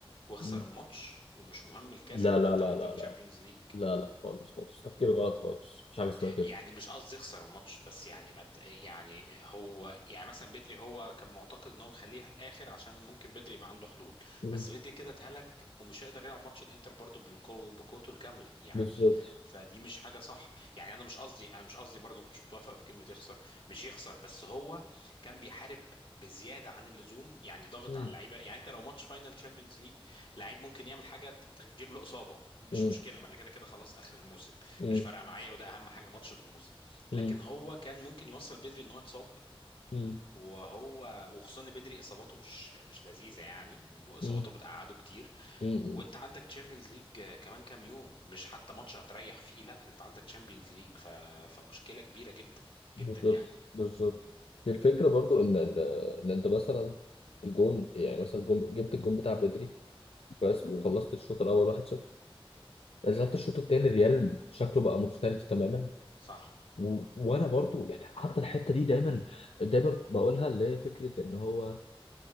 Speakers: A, on the left; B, on the left.
A: واخسر
B: مم.
A: الماتش ومش مهم الكاس
B: لا
A: لان
B: لا
A: انت
B: لا
A: عندك
B: لا
A: تشامبيونز
B: لا
A: ليج
B: لا لا خالص خالص تفكير غلط خالص مفيش حاجه اسمها كده
A: يعني مش قصدي يخسر الماتش بس يعني مت يعني هو يعني مثلا بدري هو كان معتقد ان هو مخليه اخر عشان ممكن بدري يبقى عنده حلول
B: مم.
A: بس بدري كده اتهلك ومش هيقدر يلعب ماتش الانتر برضو بالقوه بقوته الكامله يعني
B: بالظبط
A: فدي مش حاجه صح يعني انا مش قصدي انا مش قصدي برضو ما كنتش متوافق في كلمه يخسر مش يخسر بس هو كان بيحارب بزياده عن اللزوم يعني ضغط
B: مم.
A: على اللعيبه يعني انت لو ماتش فاينل تشامبيونز ليج لعيب ممكن يعمل حاجه ت- تجيب له اصابه مش
B: مم.
A: مشكله ما انا كده كده خلاص اخر الموسم
B: مم.
A: مش فارقه معايا وده اهم حاجه ماتش في الموسم
B: مم.
A: لكن هو كان ممكن يوصل بدري ان هو يتصاب
B: مم.
A: وهو وخصوصا ان بدري اصاباته مش مش لذيذه يعني اصاباته
B: مم.
A: بتقعده كتير
B: مم.
A: وانت عندك تشامبيونز ليج كمان كام يوم مش حتى ماتش هتريح فيه لا انت عندك تشامبيونز ليج ف... فمشكله كبيره جدا جدا
B: بالظبط
A: يعني
B: بالظبط دي الفكره برضو ان ال- ان انت مثلا الجون يعني مثلا الجون جبت الجون بتاع بدري كويس وخلصت الشوط الاول
A: مم.
B: 1-0 نزلت الشوط الثاني ريال شكله بقى مختلف تماما
A: صح
B: و- وانا برضو يعني حتى الحته دي دايما دايما بقولها اللي هي فكره ان هو